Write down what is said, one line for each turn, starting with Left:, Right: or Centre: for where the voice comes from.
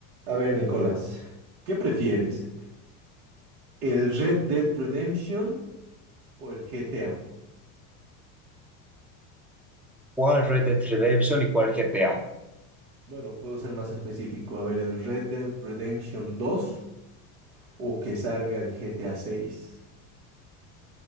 Right: A ver, Nicolás, ¿qué prefieres? ¿El Red Dead Redemption o el GTA?
Centre: ¿Cuál Red Dead Redemption y cuál GTA?
Right: Bueno, puedo ser más específico. A ver, ¿el Red Dead Redemption dos o que salga el GTA seis.